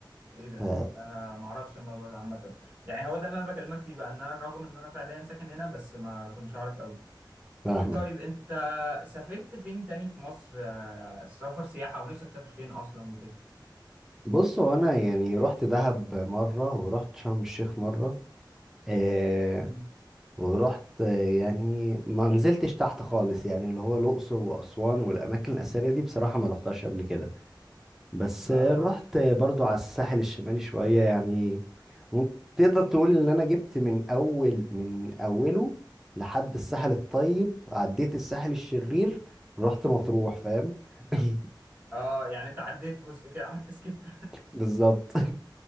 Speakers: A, on the right; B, in the centre.
A: ايه ده؟
B: آه،
A: انا ما اعرفش الموضوع ده عامة يعني هو ده اللي انا بكلمك فيه بقى ان انا رغم ان انا فعليا ساكن هنا بس ما كنتش اعرف قوي
B: فاهمك
A: طيب انت سافرت فين تاني في مصر آه، سفر سياحة ونفسك تسافر فين اصلا وكده؟
B: بص هو أنا يعني رحت دهب مرة ورحت شرم الشيخ مرة آه
A: مم.
B: ورحت آه، يعني ما نزلتش تحت خالص يعني اللي هو الأقصر وأسوان والأماكن الأثرية دي بصراحة ما رحتهاش قبل كده بس
A: اه
B: آه، رحت آه، برضو على الساحل الشمالي شوية يعني مم. تقدر تقول ان انا جبت من اول من اوله لحد الساحل الطيب عديت الساحل الشرير ورحت مطروح فاهم <laughs>
A: اه يعني انت عديت جزء كده عملت سكيب
B: بالظبط